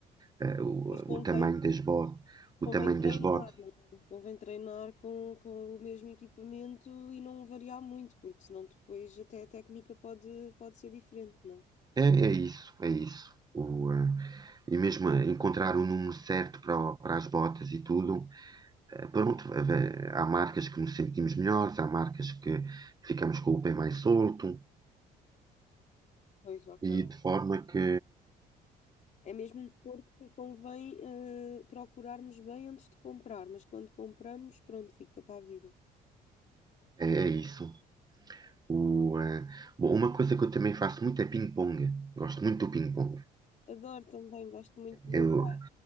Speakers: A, on the right; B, on the left.
A: eh, o,
B: pois convém,
A: o tamanho das botas, o
B: convém
A: tamanho
B: treinar,
A: das botas.
B: não é? Convém treinar com, com o mesmo equipamento e não variar muito, porque senão depois até a técnica pode, pode ser diferente, não? é?
A: É, é isso, é isso. O, eh, e mesmo eh, encontrar o número certo para, o- para as botas e tudo, eh, pronto, eh, há marcas que nos sentimos melhores, há marcas que ficamos com o pé mais solto,
B: Pois, ok.
A: e de forma que
B: É mesmo um desporto que convém eh, procurarmos bem antes de comprar, mas quando compramos, pronto, fica para a vida.
A: É é isso. O, eh, bom, uma coisa que eu também faço muito é ping-pong. Gosto muito do ping-pong.
B: Adoro também, gosto muito do meu
A: Eu-
B: pai.